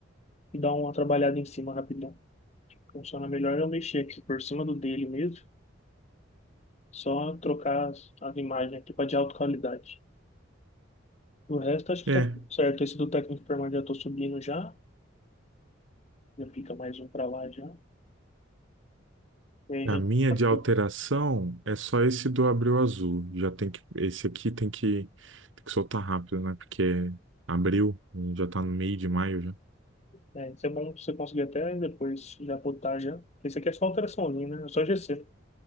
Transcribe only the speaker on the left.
e dar uma trabalhada em cima rapidão. Funciona melhor eu mexer aqui por cima do dele mesmo, só trocar as, as imagens aqui pra de alta qualidade. O resto acho que
tá certo. Esse do técnico permanente já tô subindo já. Já fica mais um pra lá já. E aí a
gente
tá
curto.
É, isso é bom você conseguir até depois já botar já. Porque Isso aqui é só alteraçãozinha, né? É só GC.